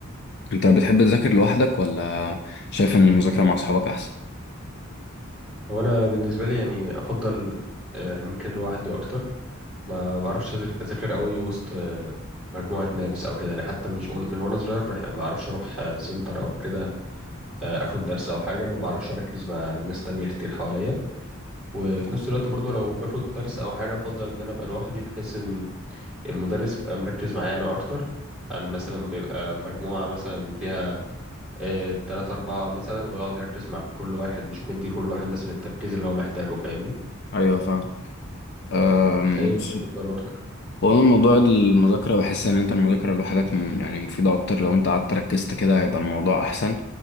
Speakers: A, on the left; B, in the centre.
A: أنت بتحب تذاكر لوحدك ولا شايف إن المذاكرة مع أصحابك أحسن؟
B: وأنا بالنسبة لي يعني أفضل آه، يعني ممكن لوحدي أكتر ما بعرفش أذاكر أذاكر قوي وسط آه، مجموعة ناس أو كده يعني حتى مش من وأنا صغير بح- ما بعرفش أروح آه، سنتر أو كده آه، اخد درس او حاجه ما بعرفش اركز مع ناس تانية كتير حواليا وفي نفس الوقت برضو لو باخد درس او حاجه افضل ان انا ابقى لوحدي بحيث ان المدرس يبقى مركز معايا انا اكتر عن مثلا ما يبقى مجموعه مثلا فيها آه، تلاتة أربعة مثلا ويقعد يركز مع كل واحد مش مدي كل واحد مثلا التركيز اللي هو محتاجه فاهمني
A: أيوة فاهم أم،
B: انت ايه اللي
A: بص،
B: بتفضله اكتر
A: هو أنا موضوع المذاكرة بحس إن أنت المذاكرة لوحدك م- يعني مفيدة أكتر لو أنت قعدت ركزت كده هيبقى الموضوع أحسن